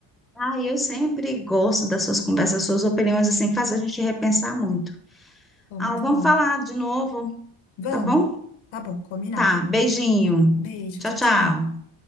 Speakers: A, in the centre; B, on the left.
A: Ah, eu sempre gosto das suas conversas, suas opiniões, assim, faz a gente repensar muito.
B: Foi
A: Ah,
B: muito
A: vamos
B: bom.
A: falar de novo,
B: Vamos.
A: tá bom?
B: Tá bom, combinado.
A: Tá, beijinho.
B: Beijo,
A: Tchau,
B: tchau,
A: tchau.
B: tchau.